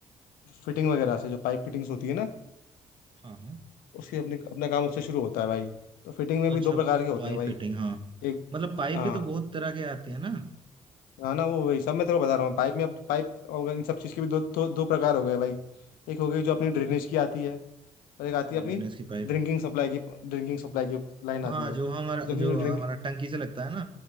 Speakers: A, on the left; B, on the right.
A: फिटिंग वगैरह से जो पाइप फिटिंग्स होती है ना
B: है हाँ हाँ
A: उसकी अपनी अपना काम उससे शुरू होता है भाई तो फिटिंग में
B: अच्छा
A: भी दो प्रकार के होते
B: पाइप
A: हैं भाई
B: फिटिंग हाँ
A: एक
B: मतलब पाइप
A: हाँ
B: भी तो बहुत तरह के आते हैं ना हाँ
A: हाँ ना वो वही सब मैं तेरे को बता रहा हूँ पाइप में अब पाइप और इन सब चीज़ के भी दो दो दो प्रकार हो गए भाई एक हो गई जो अपनी
B: हाँ
A: ड्रेनेज की आती है और एक आती
B: हाँ
A: है अपनी
B: ड्रेनेज की पाइप
A: ड्रिंकिंग सप्लाई की ड्रिंकिंग सप्लाई की लाइन आती
B: हाँ
A: है
B: जो
A: तो
B: हमारा
A: अपनी
B: जो
A: जो ड्रिंक
B: हमारा टंकी से लगता है ना